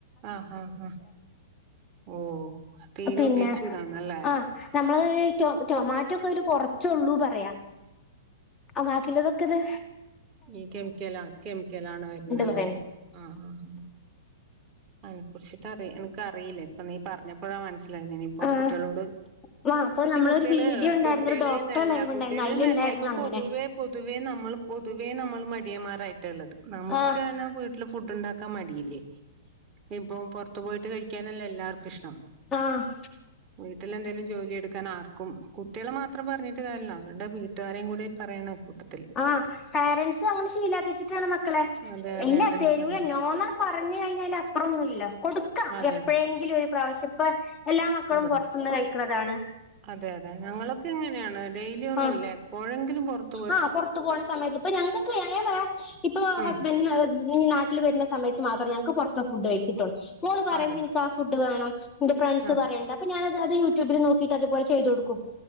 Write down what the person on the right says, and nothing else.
ആഹ്. ആഹ് ആഹ്. ഓഹ് തീരോ
പേച്ചൂടാന്നല്ലേ..
ഈ കെമിക്കല. കെമിക്കലണ് വരുന്നെ അല്ലേ.
ആഹ് ആഹ്.. അയിനെ കുറിച്ചിട്ട് അറി എനക്ക് അറിയില. ഇപ്പ നീ പറഞ്ഞപ്പഴാ മനസ്സിലായത്. ഇനിയിപ്പോ
കുട്ട്യോളോട്
പഷേ
കുട്ട്യോള്
കുട്ട്യോള്.
നല്ല
കുട്ട്യോള്
നല്ല ഇപ്പൊ
പൊതുവെ.. പൊതുവേ നമ്മൾ പൊതുവേ നമ്മൾ. മടിയന്മാരായിട്ടള്ളത്. നമുക്കന്നെ
വീട്ടിൽ ഫുഡ്ണ്ടാക്കാ മടിയില്ലേ.. ഇപ്പം പൊറത്തു പോയിട്ട് കഴിക്കാനല്ലേ. എല്ലാർക്കും ഇഷ്ടം..
വീട്ടിലന്തെങ്കലും ജോലി എടുക്കാൻ. ആർക്കും കുട്ട്യോളെ മാത്രം പറഞ്ഞിട്ട്. കാര്ല്ല. അവരുടെ വീട്ടുകാരെ കൂടി.. പറയണക്കൂട്ട്..
അതെ അതെ
അതന്നെ
പറയാ
അതെ
അതെ
അതെ അതെ ഞങ്ങളൊക്കെ. എങ്ങനെയാണ് ഡെയിലി ഒന്നുല്ല.
എപ്പോഴെങ്കിലും പൊറത്ത്
ഉം
അതെ
ആഹ്